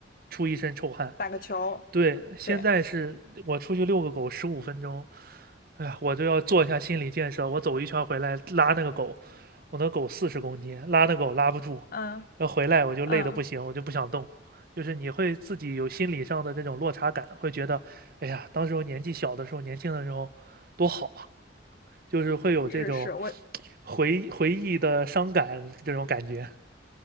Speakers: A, on the right; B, on the left.
A: 出一身臭汗，
B: 打个球，
A: 对，现在是我出去遛个狗十五分钟，
B: 对，
A: 哎呀，我就要做一下心理建设。我走一圈回来拉那个狗，我那狗四十公斤，拉那狗拉不住，
B: <laughs> 嗯
A: 要回来我就累得不行，
B: 嗯。
A: 我就不想动。就是你会自己有心理上的这种落差感，会觉得，哎呀，当时我年纪小的时候，年轻的时候多好啊，就是会有这种
B: 是是，我
A: 回回忆的伤感这种感觉。